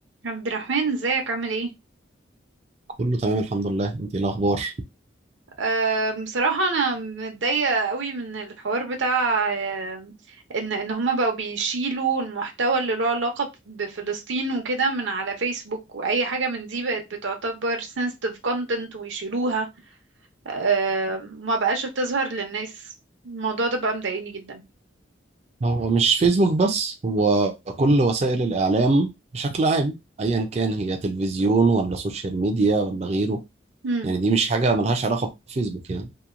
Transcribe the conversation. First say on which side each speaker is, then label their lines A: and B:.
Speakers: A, on the right; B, on the right.
A: عبد الرحمن ازيك عامل ايه
B: كله تمام الحمد لله انت ايه الاخبار
A: أه بصراحة انا متضايقة قوي من الحوار بتاع آه، ان ان هما بقوا بيشيلوا المحتوى اللي له علاقة بفلسطين وكده من على فيسبوك واي حاجة من دي بقت بتعتبر sensitive content ويشيلوها أه ما بقاش بتظهر للناس الموضوع ده بقى مضايقني جدا
B: هو مش فيسبوك بس هو كل وسائل الاعلام بشكل عام ايا كان هي تلفزيون ولا سوشيال ميديا ولا غيره
A: مم.
B: يعني دي مش حاجه ملهاش علاقه بفيسبوك يعني